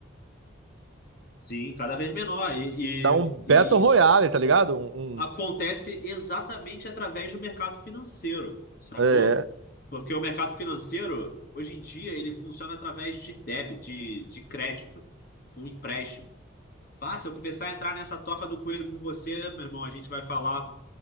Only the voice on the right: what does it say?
Dá um Battle
Royale,
tá ligado? Um,
um-
é,